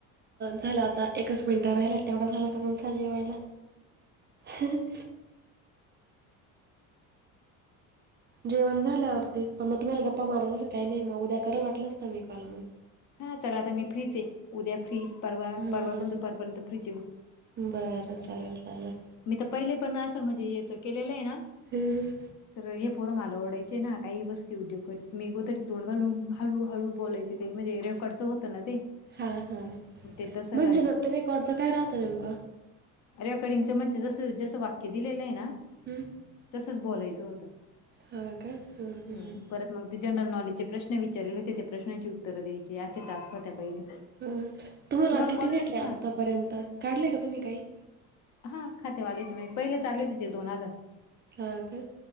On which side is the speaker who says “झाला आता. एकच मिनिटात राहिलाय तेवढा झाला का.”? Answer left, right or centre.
Right